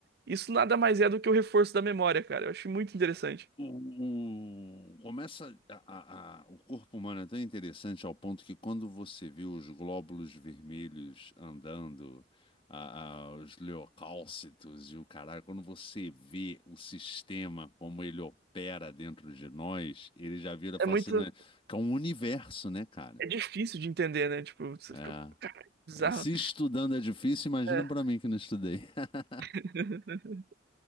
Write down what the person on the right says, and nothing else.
Isso nada mais é do que o reforço da memória, cara. Eu acho muito interessante.
É
muito.
É difícil de entender, né? Tipo, você
fica. Cara, bizarro.
É.
<laughs>